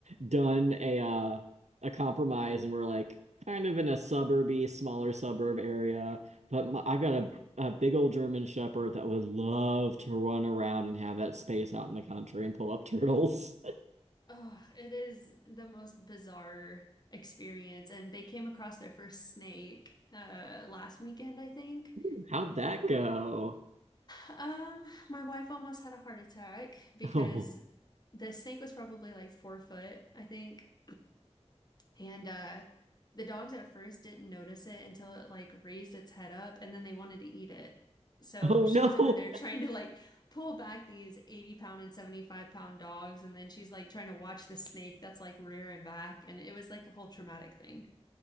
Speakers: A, on the right; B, on the left.
A: done a uh a compromise and we're like kind of in a suburby, smaller suburb area, but my, I've got a a big old German Shepherd that would love to run around and have that space out in the country and pull up turtles.
B: Oh, it is the most bizarre experience. And they came across their first snake uh last weekend, I think.
A: <laughs> How'd that go?
B: Um, my wife almost had a heart attack because
A: <laughs> Oh.
B: the snake was probably like four foot, I think. And uh the dogs at first didn't notice it until it like raised its head up and then they wanted to eat it. So
A: Oh
B: she's
A: no.
B: over there <laughs> trying to like pull back these 80 pound and 75 pound dogs and then she's like trying to watch the snake that's like rearing back and it was like a whole traumatic thing.